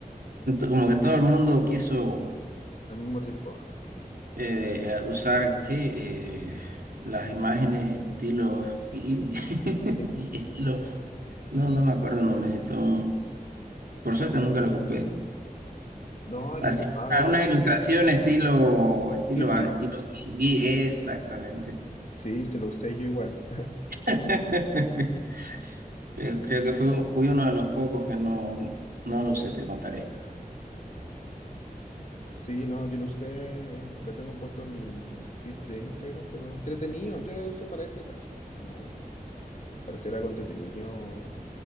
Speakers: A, on the right; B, on the left.
A: Como que todo el mundo quiso.
B: al mismo tiempo.
A: eh, a usar ¿qué? Eh, las imágenes estilo y- <laughs>
B: Sí.
A: y estilo no no me acuerdo el nombrecito por suerte nunca lo ocupé
B: No,
A: así
B: y es de pago
A: ah,
B: ahora.
A: una- unas ilustraciones estilo estilo
B: Ghibli.
A: al estilo Gui- exactamente
B: Sí, se lo usé yo igual.
A: <laughs> Eh, creo que fue fui uno de los pocos que no no lo sé te contaré
B: Sí, no, yo lo usé, lo tengo puesto en mi feed de Instagram, pero entretenido, yo lo uso para ese caso, como para hacer algo entretenido,